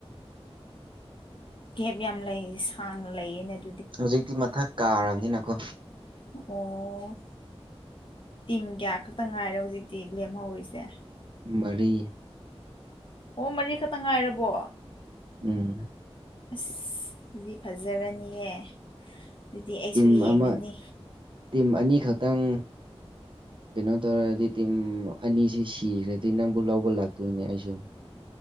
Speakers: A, on the left (about 55°); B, on the right (about 50°).
A: ꯒꯦꯞ ꯌꯥꯝ ꯂꯩ ꯁꯥꯡꯅ ꯂꯩꯌꯦꯃꯦꯠ
B: ꯍꯧꯖꯤꯛꯇꯤ ꯃꯊꯛ ꯀꯥꯔꯕꯅꯤꯅꯀꯣ
A: ꯑꯣ ꯇꯤꯝ ꯀꯌꯥ ꯈꯛꯇ ꯉꯥꯏꯔꯦ ꯍꯧꯖꯤꯛꯇꯤ ꯂꯦꯝꯍꯧꯔꯤꯁꯦ
B: ꯃꯔꯤ
A: ꯑꯣ ꯃꯔꯤꯈꯛꯇ ꯉꯥꯏꯔꯕꯣ
B: ꯎꯝ
A: ꯑꯁ ꯗꯨꯗꯤ ꯐꯖꯔꯅꯤꯍꯦ! ꯑꯗꯨꯗꯤ ꯑꯩꯁꯨ
B: ꯎꯝ
A: ꯌꯦꯡꯉꯅꯤ
B: ꯑꯃ ꯇꯤꯝ ꯑꯅꯤꯈꯛꯇꯪ ꯀꯩꯅꯣ ꯇꯧꯔꯗꯤ ꯇꯤꯝ ꯑꯅꯤꯁꯤ ꯀꯤꯈ꯭ꯔꯗꯤ ꯅꯪꯕꯨ ꯂꯧꯕ ꯂꯥꯛꯇꯣꯏꯅꯦ ꯑꯩꯁꯨ꯫